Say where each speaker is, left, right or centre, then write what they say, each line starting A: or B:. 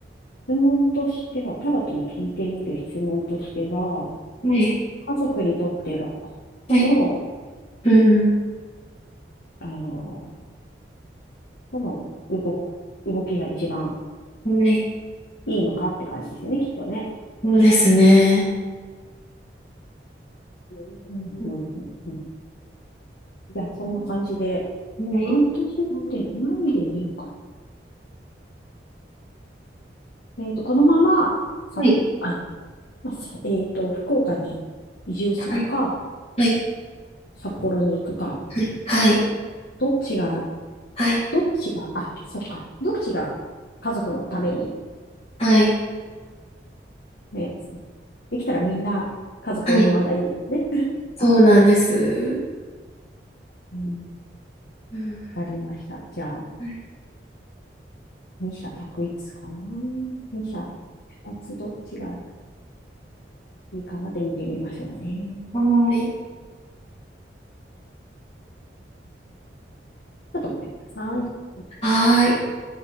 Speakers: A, on the left (about 75°); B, on the left (about 35°).
A: 問としては、タロットに聞いてみる質問としては、
B: い。
A: 家族にとっては、
B: はい。
A: どの、
B: うん。
A: あの、どの動く、動きが一番
B: はい。はい。はい。うん。はい。
A: いいのかって感じですよね、きっとね。
B: そうですね。
A: うんうんうんうん
B: う
A: じゃあ、そんな感じで、
B: んはい。
A: 半年後で、何で見ようかな。えっと、このまま、さ、
B: はい。
A: あ、まあ、さえっと、福岡に移住するか、
B: はい。は
A: 札幌に行くか、
B: い。はい。
A: どっちが、
B: はい。
A: どっちが、あ、そっか、どっちが家族のために、
B: はい。
A: ね、できたらみんな家族円満がいいですね。
B: はい。そうなんです。
A: うん
B: うん。
A: わかりました。じゃあ、
B: はい。
A: 二者択一かな。二者、二つどっちがいいかなで見てみましょうね。
B: はい。
A: ちょっと待ってください。
B: はい。